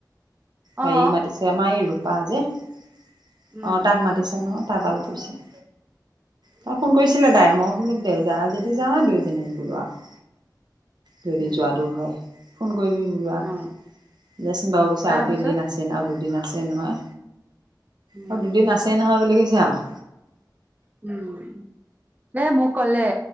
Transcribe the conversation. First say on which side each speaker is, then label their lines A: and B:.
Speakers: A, on the right; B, on the right.
A: অ
B: হেৰি মাতিছে আমাৰ এই ৰূপা যে অ
A: উম
B: তাক মাতিছে নহয় টা ভাল কৰিছিল তাই ফোন কৰিছিলে তাই মই বোলো দে যা যদি যাওঁ আহ দুইজনীয়ে বোলো আৰু যদি
A: উম
B: যোৱাটো হয় ফোন কৰিবি বোলো আউ
A: অ
B: দেচোন বাৰু চাও
A: তাৰপিছত
B: তিনিদিন আছে। দিন আৰু দুদিন আছে নহয়
A: উম
B: আৰু দুদিন আছেই নহয় বুলি কৈছে আউ
A: উম দে মোক কলে